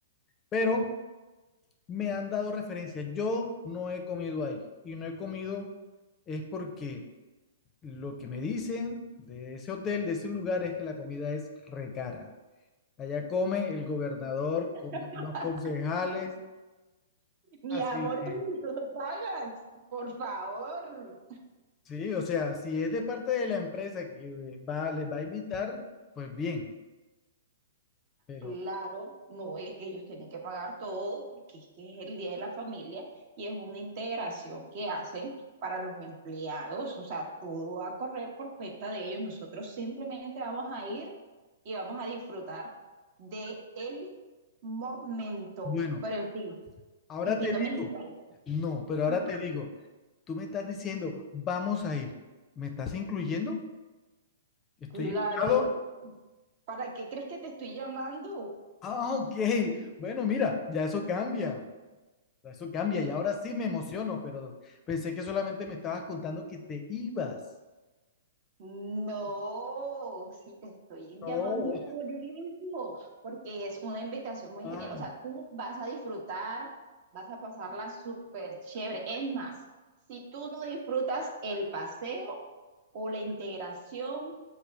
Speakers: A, on the left; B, on the right.
A: Pero me han dado referencias. Yo no he comido ahí y no he comido es porque lo que me dicen de ese hotel, de ese lugar, es que la comida es re cara. Allá come el gobernador, comen
B: <laughs>
A: los concejales,
B: Mi
A: Así
B: amor,
A: que,
B: pero
A: sí,
B: si tú no pagas, por favor.
A: Sí, o sea, si es de parte de la empresa que eh, va, les va a invitar, pues bien, pero
B: Claro, no es que ellos tienen que pagar todo porque es que es el Día de la Familia y es una integración que hacen para los empleados, o sea, todo va a correr por cuenta de ellos. Nosotros simplemente vamos a ir y vamos a disfrutar de el momento.
A: bueno,
B: Pero en fin,
A: ahora
B: en
A: te
B: fin, no me distraigo.
A: digo, no, pero
B: Ajá. <laughs>
A: ahora te digo, tú me estás diciendo, vamos a ir, ¿me estás incluyendo? ¿Estoy
B: Claro,
A: invitado?
B: ¿para qué crees que te estoy llamando?
A: Ah, ok, bueno, mira, ya eso cambia, ya eso cambia y ahora sí me emociono, pero pensé que solamente me estabas contando que te ibas.
B: No, sí te estoy
A: No.
B: llamando por eso, porque es una invitación muy
A: Ah,
B: genial. O sea, tú vas a disfrutar, vas a pasarla súper chévere. Es más, si tú no disfrutas el paseo o la integración,